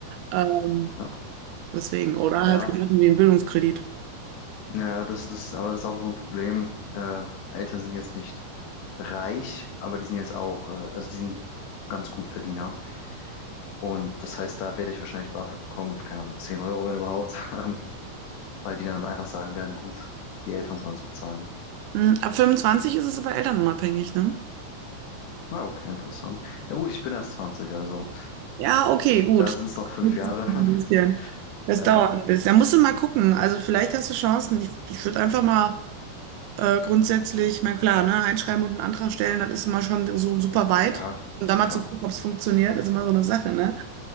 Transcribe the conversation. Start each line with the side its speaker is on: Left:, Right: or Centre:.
Right: Ähm,
Left: Ja,
Right: deswegen, oder
Left: ja,
Right: halt irgendwie einen Bildungskredit.
Left: naja, das ist das, aber das ist auch so ein Problem. Äh, Eltern sind jetzt nicht reich, aber die sind jetzt auch, äh, also die sind ganz gut Verdiener. Und das heißt, da werde ich wahrscheinlich BAföG bekommen, keine Ahnung, 10 Euro, wenn überhaupt, <laughs> ähm, weil die dann einfach sagen werden, gut, die Eltern sollen es bezahlen.
Right: Hm, Ab fünfundzwanzig ist es aber elternunabhängig, ne?
Left: Na, okay, interessant. Ja gut, ich bin erst zwanzig also
Right: Ja, okay, gut.
Left: da sind es noch fünf
Right: Jetzt
Left: Jahre.
Right: noch
Left: <laughs>
Right: Ein bisschen. Das
Left: Ja,
Right: dauert ein bisschen. Da musst du mal gucken. Also vielleicht hast du Chancen. Ich, ich würde einfach mal Äh, grundsätzlich, ich meine, klar, ne, einschreiben und einen Antrag stellen, das ist immer schon so super weit.
Left: ja,
Right: Und da mal
Left: klar.
Right: zu gucken, ob es funktioniert, ist immer so eine Sache, ne?